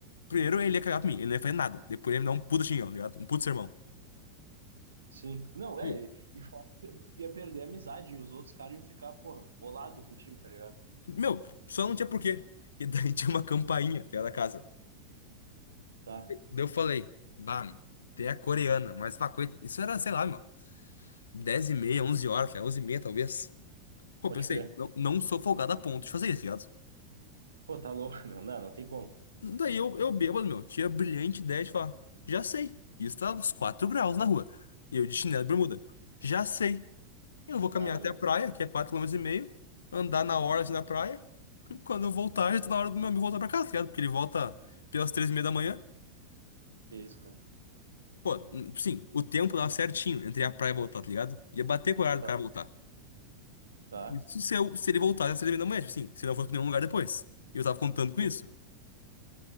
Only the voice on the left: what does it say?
primeiro ele ia cagar pra mim, ele não ia fazer nada. Depois ele ia me dar um puta xingão, tá ligado? Um puta sermão.
E,
Meu, só não tinha porquê. E daí <laughs> tinha uma campainha que era da casa.
Daí eu falei, bah, meu, tem a coreana, mas pá, coi- isso era, sei lá, meu, 10 e meia, 11 horas, cara, 11 e meia talvez. Pô,
pensei,
não, não sou folgado a ponto de fazer isso, tá ligado?
Daí eu, eu bêbado, meu, tinha a brilhante ideia de falar, já sei, isso tá uns 4 graus na rua. E eu de chinelo e bermuda, já sei, eu vou caminhar
até
a praia, que é quatro km e meio, andar na hora assim na praia, quando eu voltar, já tá na hora do meu amigo voltar pra casa, tá ligado? Porque ele volta pelas três e meia da manhã.
Pô, n- sim, o tempo dava certinho entre a praia e voltar, tá ligado? Ia bater com o horário
do cara voltar.
Isso se, eu, se ele voltasse às seis da manhã, tipo assim, se não fosse pra nenhum lugar depois. E eu tava contando com
isso.